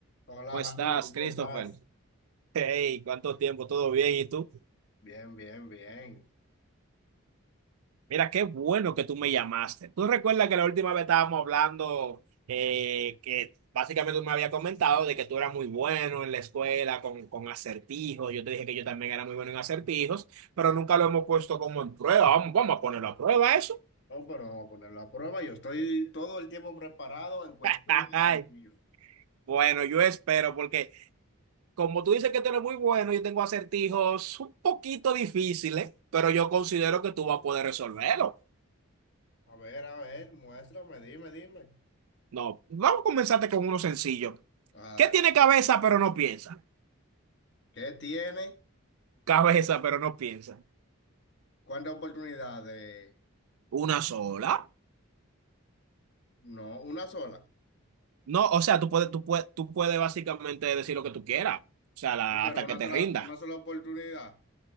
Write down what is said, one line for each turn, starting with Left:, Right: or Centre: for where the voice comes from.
Left: Hola
Right: ¿Cómo estás,
Left: Jaime, ¿cómo
Right: Christopher?
Left: estás?
Right: Hey, ¿cuánto tiempo? ¿Todo bien? ¿Y tú?
Left: Bien, bien, bien.
Right: Mira, qué bueno que tú me llamaste. ¿Tú recuerdas que la última vez estábamos hablando eh, que básicamente tú me habías comentado de que tú eras muy bueno en la escuela con, con acertijos? Yo te dije que yo también era muy bueno en acertijos, pero nunca lo hemos puesto como en prueba. Vamos, vamos a ponerlo a prueba eso.
Left: No, pero vamos a ponerlo a prueba. Yo estoy todo el tiempo preparado en cuestión
Right: <laughs> Ay,
Left: de sentido.
Right: bueno, yo espero porque como tú dices que tú eres muy bueno, yo tengo acertijos un poquito difíciles, pero yo considero que tú vas a poder resolverlo.
Left: A ver, a ver, muéstrame, dime, dime.
Right: No, vamos a comenzarte con uno sencillo.
Left: Ah,
Right: ¿Qué tiene
Left: dale.
Right: cabeza pero no piensa?
Left: ¿Qué tiene?
Right: Cabeza pero no piensa.
Left: ¿Cuántas oportunidades?
Right: ¿Una sola?
Left: No, una sola.
Right: No, o sea, tú puedes, tú puedes, tú puedes básicamente decir lo que tú quieras. O sea, la-
Left: Sí, pero
Right: hasta
Left: una
Right: que te
Left: sola,
Right: rindas.
Left: una sola oportunidad.